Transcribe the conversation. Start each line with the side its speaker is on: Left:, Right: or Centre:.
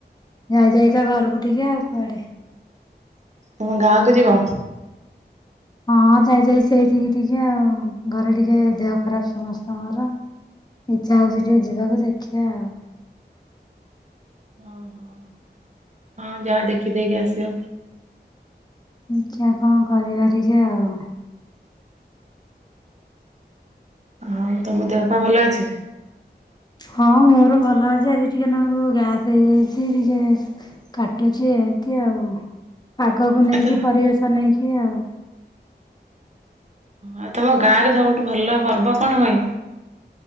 Left: ଯାଇ ଯାଇକା ଘରକୁ ଟିକେ ଆଉ କୁଆଡେ।
Right: ତମ ଗାଁକୁ
Left: ହଁ।
Right: ଯିବ?
Left: ହଁ ଯାଇ ଯାଇ ସେଇଠିକି ଟିକେ ଆଉ ଘରେ ଟିକେ ଦେହ ଖରାପ ସମସ୍ତଙ୍କର। ଇଚ୍ଛା ହଉଚି ଟିକେ ଯିବାକୁ ଦେଖିଆ ଆଉ।
Right: <unintelligible> ହଁ ହଁ ଯା ଦେଖି ଦେଇକି ଆସିବ।
Left: <unintelligible> ଚା କଁ କରିବା ଟିକେ ଆଉ।
Right: ଆଉ ତମ ଦେହ ପା ଭଲ ଅଛି?
Left: ହଁ ମୋର ଭଲ ଅଛି ଆଜି ଟିକେ ନାଗୁ ଗ୍ୟାସ ହେଇଯାଇଚି ଟିକେ। କାଟୁଚି ଏମିତି ଆଉ ପାଗକୁ ନେଇକି
Right: ଆତ
Left: ପରିବେଶ ନେଇକି ଆଉ।
Right: ଆ ତମ ଗାଁ ରେ ସବୁଠୁ ଭଲ ପର୍ବ କଣ ହୁଏଁ?